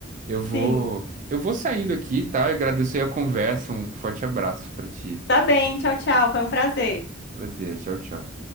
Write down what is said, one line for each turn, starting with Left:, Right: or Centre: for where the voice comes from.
Right: Eu vou,
Left: Sim.
Right: eu vou saindo aqui, tá? Eu agradeço aí a conversa. Um forte abraço pra ti.
Left: Tá bem, tchau, tchau. Foi um prazer.
Right: Prazer. Tchau, tchau.